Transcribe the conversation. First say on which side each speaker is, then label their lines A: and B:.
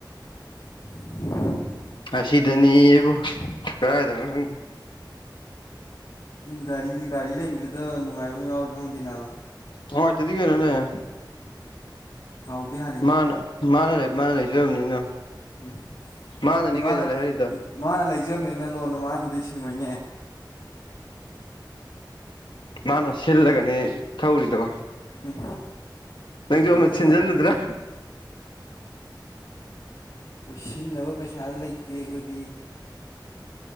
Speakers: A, on the left; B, on the left.
A: <unintelligible>
B: ꯑꯁꯤꯗꯅꯤ ꯑꯩꯕꯨ ꯀꯗꯥꯥꯏꯗꯅꯣ ꯈꯪꯗꯦ
A: ꯒꯥꯔꯤ ꯒꯥꯔꯤ ꯂꯩꯕꯗꯨꯗ ꯅꯨꯡꯉꯥꯏꯕ ꯌꯥꯎꯔ ꯐꯪꯗꯦꯕ
B: ꯑꯣ ꯆꯗꯤꯒꯦ ꯅꯅꯦ
A: ꯊꯥꯎꯗ ꯍꯥꯏ
B: ꯃꯥꯅ ꯃꯥꯅ ꯂꯩ ꯃꯥꯅ ꯂꯩꯖꯕꯅꯤꯅ
A: ꯎꯝ
B: ꯃꯥꯅꯅꯤ
A: ꯑꯗꯨ ꯃꯥꯅ
B: ꯀꯩꯅꯣ ꯂꯩꯍꯜꯂꯤꯗꯣ
A: ꯎ ꯃꯥꯅ ꯂꯩꯖꯕꯅꯤꯅ ꯂꯣꯟꯗꯣ ꯃꯥꯅꯗꯤ ꯁꯤꯡꯉꯣꯏꯅꯦ
B: ꯃꯥꯅ ꯁꯤꯜꯂꯒꯅꯤ ꯊꯧꯔꯤꯗꯣ
A: ꯎꯝ ꯄꯥꯝꯖꯗ꯭ꯔꯦ
B: ꯅꯪꯁꯨ ꯑꯃꯨ ꯁꯤꯟꯖꯜꯂꯨꯗ꯭ꯔꯥ
A: ꯄꯥꯝꯖꯗ꯭ꯔꯦ ꯑꯩꯈꯣꯏ ꯁꯤꯟꯅꯕ ꯄꯩꯁꯥ ꯂꯩꯇꯦ ꯑꯩꯈꯣꯏꯗꯤ